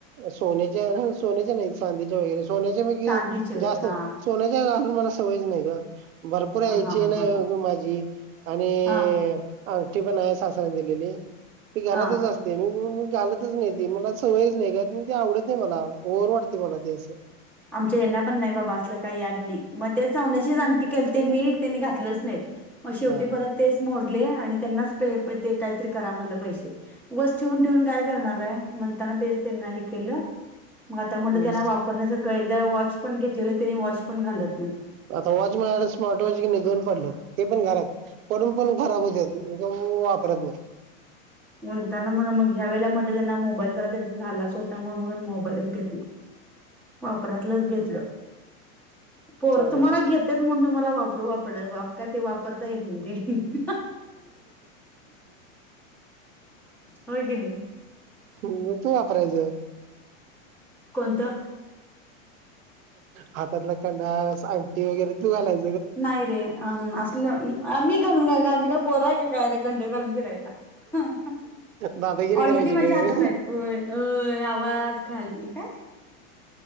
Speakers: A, on the right; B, in the centre.
A: सोन्याच्या सोन्याच्या नाही चांदीच्या वगैरे सोन्याच्या म
B: चांदीच्या वे
A: जास्त
B: हा
A: सोन्याच्या मला सवयच नाही का- भरपूर
B: हा
A: यायची
B: हा हा
A: नाही
B: हा हा
A: माझी आणि
B: हा
A: मोठी पण आहे सासरण दिलेली ती घरातच
B: हा
A: असते मी म घालतच नाही त मला सवयच नाही. ते आवडत नाही मला ओवर वाटते मला ते असं-
B: आमच्या यांना पण नाही बाबा असलं काही याड नाही. मग ते सवण्याची जाती केली ते मी त्यांनी घातलंच नाही. मग शेवटी
A: हा
B: परत तेच मोडले आणि त्यांनाच पे ते काहीतरी करा म्हणलं पैसे बस ठेवून ठेवून काय करणार आहे म्हणताना तेच त्यांना हे केलं. मग आता म्हणलं
A: हा
B: त्यांना वापरण्यासारखं एकदा वॉच पण घेतलेलं त्यांनी वॉच पण घालत नाही.
A: आता वॉच म्हळाला स्मार्ट वॉच कि नाही दोन पडलेत ते पण घरात. पडून पण खराब होत वापरत मर.
B: म्हणताना म्ह मग ह्या वेळेला म्हणत त्यांना मोबाईलचाला त्यांचा झालाच होता म्हणून मग मोबाईलच घेतला. वापरातलंच घेतलं. पोर
A: चांगला
B: तुम्हाला घेतेत म्हणून तुम्हाला वापरू वापर काय ते वापरता येत नाही रे. होकन.
A: मतो वापरायच.
B: कोणतं.
A: हातातला कंडस अंटी वगैरे तू घालाय
B: नाही रे असलं आम्ही घेऊ का आम् का पोराय का ं घाून फिराला
A: दादागिरी
B: ऑलरेडी
A: करायची
B: माझ्या
A: काय
B: हातात आहेत आवाज खाली का.